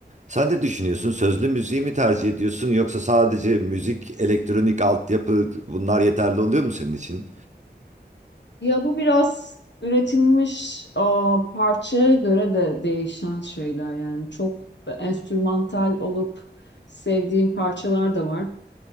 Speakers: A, on the right; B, on the left.
A: Sen de düşünüyorsun sözlü müziği mi tercih ediyorsun yoksa sadece müzik, elektronik altyapı bunlar yeterli oluyor mu senin için?
B: Ya bu biraz üretilmiş aa, parçaya göre de değişen şeyler yani çok enstrümantal olup sevdiğim parçalar da var